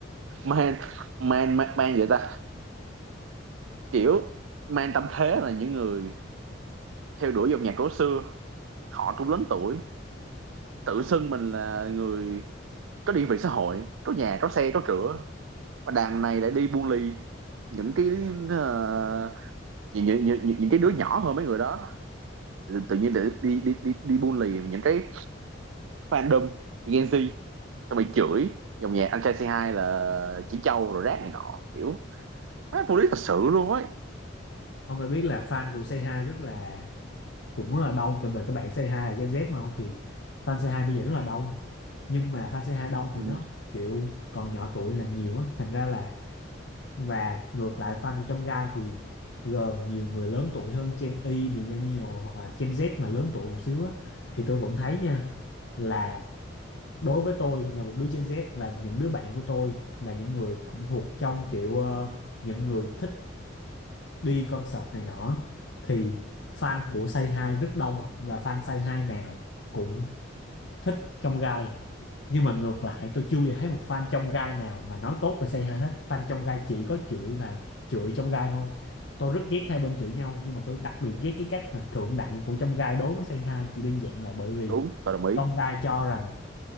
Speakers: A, on the right; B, on the left.
A: man man man man vậy ta kiểu man tâm thế là những người theo đuổi dòng nhạc cổ xưa họ cũng lớn tuổi tự xưng mình là người có địa vị xã hội có nhà có xe có cửa và đàn này lại đi buôn ly những cái ờ, những, những, những, những cái đứa nhỏ hơn mấy người đó tự nhiên để đi đi đi đi buôn lì những cái fandom Gen Z xong rồi chửi dòng nhạc anh trai C2 là chỉ trâu rồi rác này nọ kiểu mấy phụ lý thật sự luôn ấy
B: ông phải biết là fan của c hai rất là cũng rất là đông tại vì các bạn c hai là Gen Z mà không thì fan c hai bây giờ rất là đông nhưng mà fan c hai đông
A: ừ,
B: thì nó kiểu còn nhỏ tuổi là nhiều á thành ra là và ngược lại fan của trong gai thì gồm nhiều người lớn tuổi hơn Gen Y, Millennial hoặc là Gen Z mà lớn tuổi một xíu á thì tôi vẫn thấy nha là đối với tôi là một đứa Gen Z và những đứa bạn của tôi là những người cũng thuộc trong kiểu ờ, những người thích đi concert này nọ thì fan của Say Hi rất đông và fan Say Hi nào cũng thích trong gai nhưng mà ngược lại tôi chưa bao giờ thấy một fan trong gai nào mà nói tốt về Say Hi hết fan trong gai chỉ có chửi và chửi trong gai thôi tôi rất ghét hai bên chửi nhau nhưng mà tôi đặc biệt ghét cái cách mà thượng đẳng của trong gai đối với Say Hi chỉ đơn giản là bởi vì
A: đúng tôi đồng ý
B: trong gai cho rằng